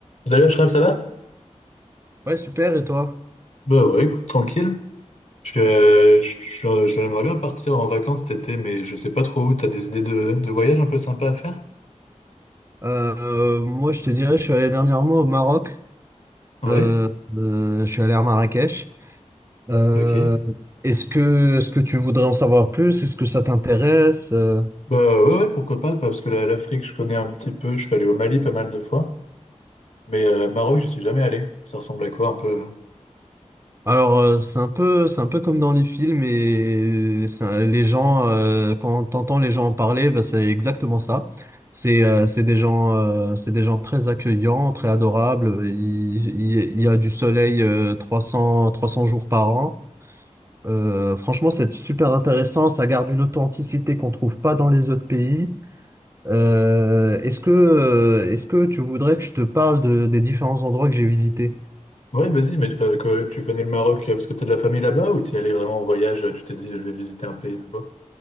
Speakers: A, on the left; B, on the right.
A: Salut Ashraf, ça va?
B: Ouais, super, et toi?
A: Bah ouais, écoute, tranquille. Je, euh, je, je- j'aimerais bien partir en vacances cet été, mais je sais pas trop où. T'as des idées de, de voyage un peu sympa à faire?
B: Euh, moi, je te dirais, je suis allé dernièrement au Maroc.
A: Ouais,
B: Euh, euh, je suis allé à Marrakech. Euh,
A: ok.
B: est-ce que, est-ce que tu voudrais en savoir plus? Est-ce que ça t'intéresse? Euh,
A: Bah ouais, ouais, pourquoi pas, parce que la- l'Afrique, je connais un petit peu. Je suis allé au Mali pas mal de fois, mais euh, Maroc, je suis jamais allé. Ça ressemble à quoi un peu? là
B: alors, euh, c'est un peu, c'est un peu comme dans les films et ça- les gens, euh, quand t'entends les gens en parler, bah, c'est exactement ça. C'est, euh, c'est des gens, euh, c'est des gens très accueillants, très adorables. Il, il- il y a du soleil, euh, 300, 300 jours par an. Euh, franchement, c'est super intéressant. Ça garde une authenticité qu'on trouve pas dans les autres pays. Euh, est-ce que, euh, est-ce que tu voudrais que je te parle de, des différents endroits que j'ai visités?
A: Ouais, vas-y, mais tu fais- tu connais le Maroc euh, parce que t'as de la famille là-bas ou t'y es allé vraiment en voyage? euh, Tu t'es dit, je vais visiter un pays nouveau?